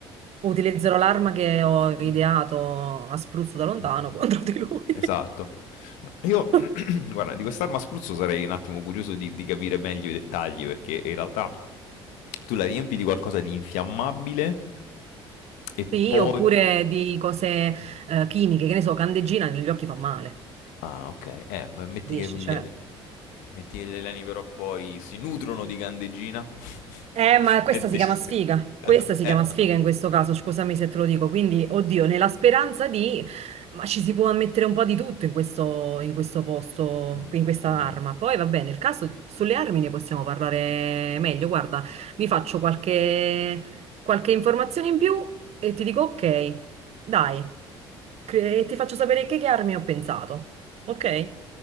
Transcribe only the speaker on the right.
utilizzerò l'arma che
ho ideato
a spruzzo da lontano
<laughs> contro di lui.
<laughs>
Sì,
oppure di cose
eh, chimiche, che ne so, candeggina negli occhi fa male,
capisci?
Cioè,
Eh, ma questa
si chiama sfiga.
Questa si
chiama sfiga in questo caso, scusami se te lo dico. Quindi, oddio, nella speranza di... Ma ci si può mettere un po' di tutto in questo, in questo posto,
in questa
arma. Poi va bene, nel caso sulle armi ne possiamo parlare meglio. Guarda, mi faccio qualche, qualche informazione in più e ti dico ok, dai, cre- e ti faccio sapere che, che armi ho pensato. Ok?